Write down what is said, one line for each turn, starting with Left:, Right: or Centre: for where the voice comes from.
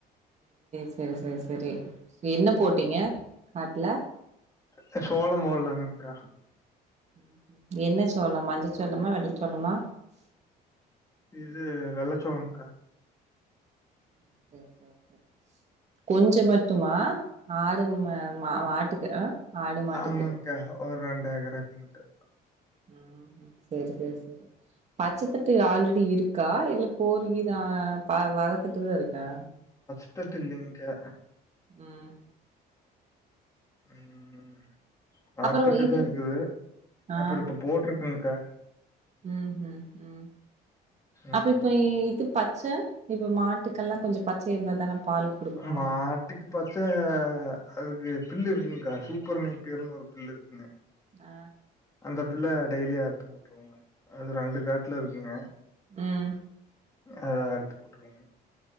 Right: செர் செரி செரி செரி என்ன போட்டீங்க காட்ல
Left: க்கா சோளம் போல்லங்கா
Right: ம் ம் என்ன சோளம் மஞ்ச சோளமா வெள்ள சோளமா
Left: இது வெள்ளச்சோளங்கா
Right: ஓகே ஓகே ஓகே கொஞ்சோ மட்டுமா ஆடு ம மாட்டுக்கு ஆடு மாட்டுக்கு
Left: ஆமாங்கா ஒரு ரெண்டேக்கரு மட்டு
Right: ம் ஷும் செரி செரி செரி பச்சத்தட்டு ஆல்ரெடி இருக்கு இருக்கா இல்ல போருகிரு பாதி வளத்துட்டு இருக்கா
Left: தட்டல்லைங்கா
Right: ம்
Left: ம் ம் வரத்தட்டு
Right: அப்பறோ இது
Left: தா இருக்குது
Right: ஆ
Left: அப்புறோ இப்ப போட்ருக் குங்கா
Right: ம் ம் ஷும்
Left: ம்
Right: அப்ப இப்ப இது பச்ச இப்ப மாட்டுக்கெல்லாம் கொஞ்சம் பச்ச இருந்தா தான பால் குடுக்கு
Left: மாட்டுக்கு பச் அ அதுக்கு பில்லு இருக்குங்க்கா சூப்பர் நேட்டிவ் ன்னு ஒரு பில்லு இருக்குங்க
Right: ஆ
Left: அந்த பில்ல டெய்லி அறுத்து போட்டுருவோங்க அது ரெண்டு காட்டுல இருக்குங்க
Right: உஹ்
Left: அத அறுத்து போட்டுருவோங்க